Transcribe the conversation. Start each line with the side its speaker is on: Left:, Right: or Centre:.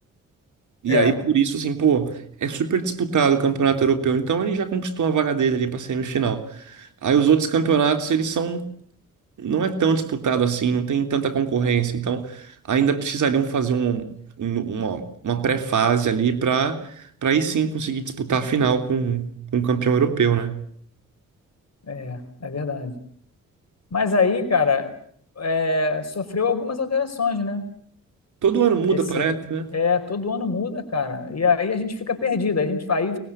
Right: E
Left: É,
Right: aí por isso assim, pô, é super disputado o campeonato europeu. Então ele já conquistou a vaga dele ali para semifinal. Aí os outros campeonatos eles são não é tão disputado assim, não tem tanta concorrência. Então ainda precisariam fazer um, um- uma, uma pré-fase ali para para aí sim conseguir disputar a final com, com o campeão europeu, né?
Left: é, é verdade. Mas aí, cara, é, sofreu algumas alterações, né?
Right: Todo ano muda,
Left: Esse
Right: parece, né?
Left: é todo ano muda, cara. E aí a gente fica perdido. A gente aí